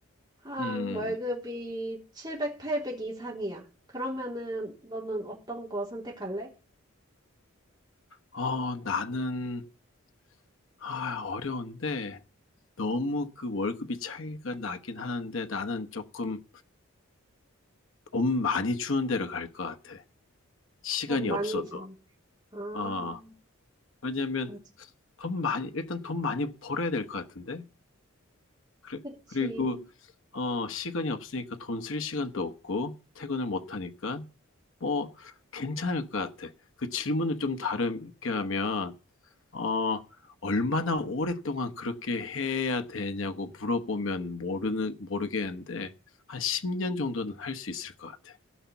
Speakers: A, on the right; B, on the left.
A: 한
B: 음.
A: 월급이 700, 800 이상이야. 그러면은 너는 어떤 거 선택할래?
B: 어, 나는, 아, 어려운데, 너무 그 월급이 차이가 나긴 하는데, 나는 조금 돈 많이 주는 데로 갈 것 같아. 시간이
A: 돈 많이
B: 없어도.
A: 주는. 아,
B: 어, 왜냐면
A: 맞아.
B: 돈 많이 일단 돈 많이 벌어야 될 것 같은데 그래,
A: 그치.
B: 그리고 어 시간이 없으니까 돈 쓸 시간도 없고 퇴근을 못 하니까 뭐 괜찮을 것 같아 그 질문을 좀 다르게 하면 어 얼마나 오랫동안 그렇게 해야 되냐고 물어보면 모르는 모르겠는데 한 10년 정도는 할 수 있을 것 같아